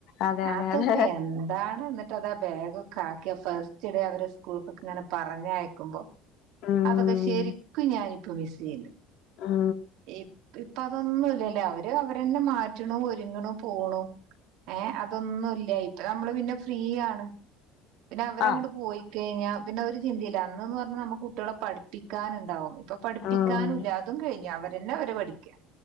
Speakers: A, on the left; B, on the right.
A: അതെ അതെ
B: അതൊക്കെ
A: അതെ
B: ന്താണ് ന്നിട്ട് ട്ടതാ ബാഗൊക്കെ ആക്കിയാ ഫസ്റ്റ് ഡേ അവരെ സ്കൂൾക്കൊക്കെ ങ്ങനെ പറഞ്ഞയക്കുമ്പോ
A: ഉം
B: അതൊക്കെ ശെരിക്കും ഞാനിപ്പ മിസ്‌യ്യ്
A: ഉം
B: ണ്ട് ഇപ്പ ഒന്നുല്ലല്ലോ അവര് അവരന്നെ മാറ്റണു ഒരുങ്ങ്ണു പോണു ഏഹ് അതൊന്നുല്ല ഇപ്പൊ നമ്മള് പിന്നെ ഫ്രീയാണ് പിന്നെ അവരങ്ങട്
A: ആഹ്
B: പോയി കെയിഞ്ഞാ പിന്നെ ഒര് ചിന്തീല്ല. അന്ന്ന്നറഞ്ഞൽ നമു കുട്ട്യാള പഠിപ്പിക്കാനുണ്ടാവുയ് പ്പൊ പഠിപ്പിക്കാനൂല്ല
A: ഉം
B: അതും കഴിഞ് അവരന്നെ അവര് പഠിക്കാ